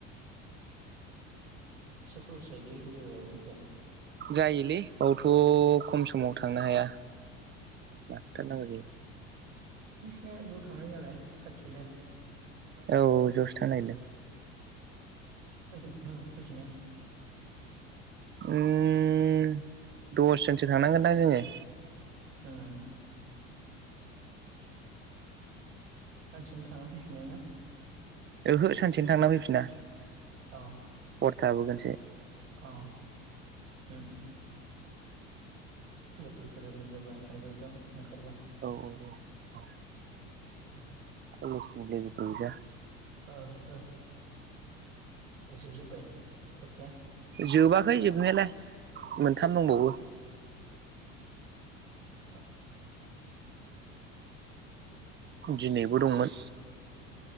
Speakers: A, on the right (about 80°); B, on the right (about 30°).
A: फैसा खरस जायोलै बेरायबाबो ओमफ्राय
B: जायोलै बावथ' खम समाव थांनो हाया लाखाथारनांगौ जायो।
A: नोंसिना ज' थांनाय नालाय खोनसेनो
B: औ जसो थांनोनागेरदों।
A: <unintelligible> फैफिननो
B: ओम दस जोनसो थांनांगोनदां जोङो।
A: ओम सानसेनो थांना फैफिननाय ना।
B: ओहो सानसेनो थांना फैफिना।
A: अ
B: हर थाबोगोनसो
A: अ ओम लोगोफोर मिलयबा थांजायोथ' ओंखारबा
B: औ औ औ औ
A: <inaudible>
B: कलेजनि लेबेलफोर गोजा
A: ओ औ जोबजोब्बाय पुरिखाया
B: जोबाखै जोबनायालाय मोनथाम दंबावो
A: ओ
B: दिनैबो दंमोन